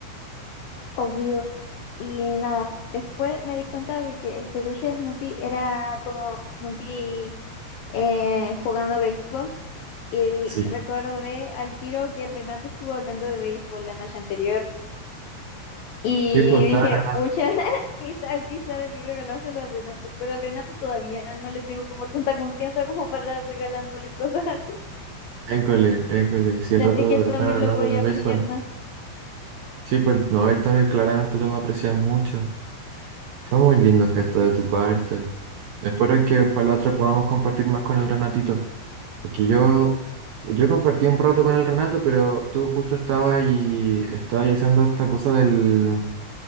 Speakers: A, on the left (about 80°); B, on the right (about 80°).
A: obvio. Y nada, después me di cuenta de que el peluche de Snoopy era como Snoopy eh, jugando béisbol. Y
B: Sí,
A: recordé al tiro que el Renato estuvo hablando de béisbol la noche anterior. Y
B: sí, pues estaban
A: dije,
B: hablando,
A: pucha, <laughs> quizá, quizá debí regalárselo al Renato, pero al Renato todavía no le tengo como tanta confianza como para andar regalándole <laughs> cosas así.
B: école, école, sí, el
A: Sentí
B: rato
A: que él
B: estaban
A: también
B: hablando
A: lo podía
B: de béisbol.
A: apreciar más.
B: Sí, pues no, él también claramente lo va a apreciar mucho. Fue muy lindo gesto de tu parte. Espero que para la otra podamos compartir más con el Renatito, porque yo, yo compartí un rato con el Renato, pero tú justo estabas y estabas ahí haciendo esta cosa del...